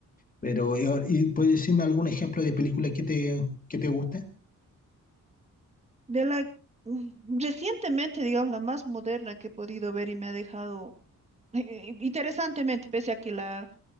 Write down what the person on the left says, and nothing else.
Pero, y, ahora- y ¿puedes decirme algún ejemplo de película que te, que te guste?